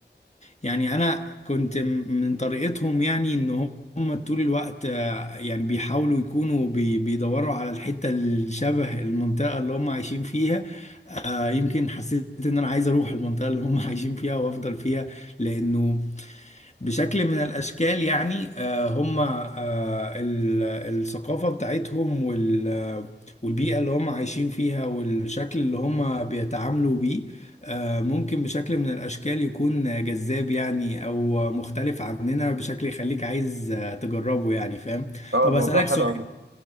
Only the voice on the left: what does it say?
يعني انا كنت من طريقتهم يعني ان هم طول الوقت آه، يعني بيحاولوا يكونوا بي- بيدوروا على الحتة الشبه المنطقة اللي هم عايشين فيها آه، يمكن حسيت ان انا عايز اروح المنطقة اللي هم عايشين فيها وافضل فيها لانه بشكل من الأشكال يعني آه، هم آه، ال- الثقافة بتاعتهم وال- آه، والبيئة اللي هم عايشين فيها والشكل اللي هم بيتعاملوا بيه آه، ممكن بشكل من الأشكال يكون جذاب يعني أو مختلف عننا بشكل يخليك عايز آه، تجربه يعني فاهم
طب
أسألك
سؤال